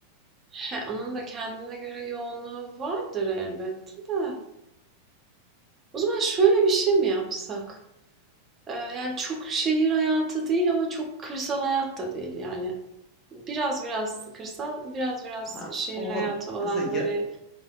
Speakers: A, on the right (about 20°); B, on the left (about 25°).
A: He, onun da kendine göre yoğunluğu vardır elbette de. O zaman şöyle bir şey mi yapsak? Ee, yani çok şehir hayatı değil ama çok kırsal hayat da değil. Yani biraz biraz kırsal, biraz biraz
B: Ha,
A: şehir
B: o
A: hayatı
B: olabilir.
A: olan
B: Mesela ya-
A: böyle